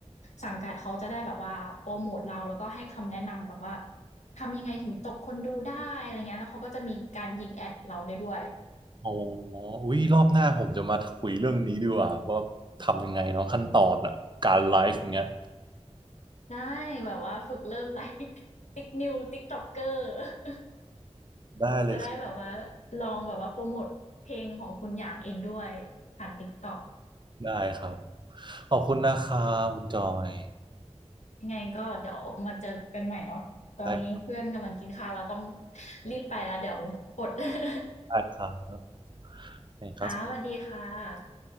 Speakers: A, on the left; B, on the right.
A: สังกัดเขาจะได้แบบว่าโปรโมทเราแล้วก็ให้คำแนะนำแบบว่าทำยังไงถึงตกคนดูได้อะไรเงี้ยแล้วเขาก็จะมีการยิงแอดเราได้ด้วย
B: อ๋ออุ้ยรอบหน้าผมจะมาคุยเรื่องนี้ดีกว่าว่าทำยังไงเนาะขั้นตอนอะการไลฟ์อย่างเงี้ย
A: ได้แบบว่าฝึกเริ่มไลฟ์ <laughs> ติ๊กนิวติกต็อกเกอร์ <laughs>
B: ได้เลยครับ
A: จะได้แบบว่าลองแบบว่าโปรโมตเพลงของคุณหยางเองด้วยผ่านต๊กต็อก
B: ได้ครับขอบคุณนะครับคุณจอย
A: ยังไงก็เดี๋ยวมาเจอกันใหม่เนาะตอนนี้เพื่อนกำลังกินข้าวเราต้อง
B: ได้
A: รีบไปแล้วเดี๋ยวอด <laughs>
B: ได้ครับได้ครับ
A: ค่ะสวัสดีค่ะ